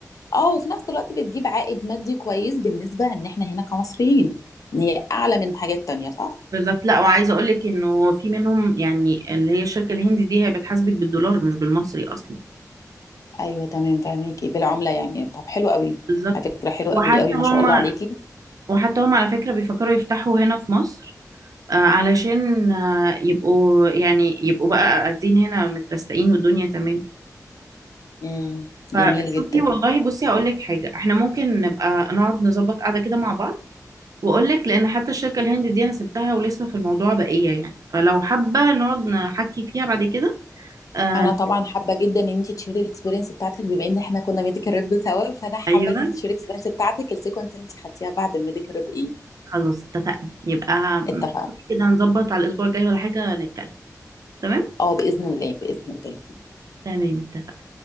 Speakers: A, on the left; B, on the right.
A: اه وفي نفس الوقت بتجيب عائد مادي كويس بالنسبة ان احنا هنا كمصريين ان هي اعلى من حاجات تانية صح؟
B: بالظبط لا وعايزه اقول لك انه في منهم يعني اللي هي الشركه الهندي دي هي بتحاسبك بالدولار مش بالمصري اصلا
A: ايوه تمام فاهميكي بالعملة يعني طب حلو قوي
B: بالظبط
A: على فكرة حلو قوي
B: وحتى
A: قوي ما
B: هم
A: شاء الله عليكي
B: وحتى هم على فكره بيفكروا يفتحوا هنا في مصر آه، علشان آه، يبقوا يعني يبقوا بقى قاعدين هنا مترستقين والدنيا تمام
A: امم
B: فشوفي
A: جميل جدا
B: والله بصي هقول لك حاجه احنا ممكن نبقى نقعد نظبط قعده كده مع بعض واقول لك لان حتى الشركه الهند دي انا سبتها ولسه في الموضوع بقيه يعني فلو حابه نقعد نحكي فيها بعد كده آه
A: انا طبعا حابة جدا ان انت تشيري الاكسبيرينس بتاعتك بما ان احنا كنا ميديكال ريب سوا فانا حابة
B: ايوه
A: ان انت تشيري الاكسبيرينس بتاعتك السيكونس اللي انت خدتيها بعد الميديكال ريب ايه
B: خلاص اتفقنا يبقى
A: اتفقنا
B: كده هنظبط على الاسبوع الجاي ولا حاجه نتكلم تمام
A: اه باذن الله باذن الله
B: تمام